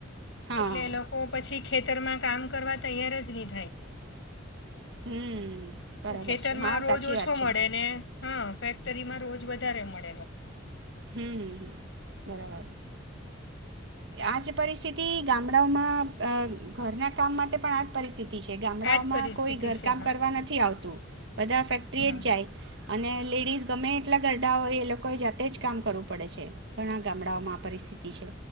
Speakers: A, on the right (about 65°); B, on the left (about 70°).
A: હા
B: એટલે એ લોકો પછી ખેતરમાં કામ કરવા તૈયાર જ ની
A: હમ બરાબર
B: ખેતરમાં
A: છે હા
B: રોજ
A: સાચી
B: ઓછો
A: વાત છે
B: મળે ને હા ફેક્ટરીમાં રોજ વધારે મળે લોકોને
A: હમ્મ બરાબર આજ પરિસ્થિતિ ગામડાઓમાં અ ઘરના કામ માટે પણ આજ પરિસ્થિતિ ગામડાઓમાં
B: આજ પરિસ્થિતિ
A: કોઈ ઘરકામ
B: છે હા
A: કરવા નથી આવતું બધા ફેક્ટરીએજ
B: હા
A: જાય અને લેડીઝ ગમે એટલા ગરડા હોય એ લોકોએ જાતે જ કામ કરવું પડે છે ઘણા ગામડાઓમાં આ પરિસ્થિતિ છે.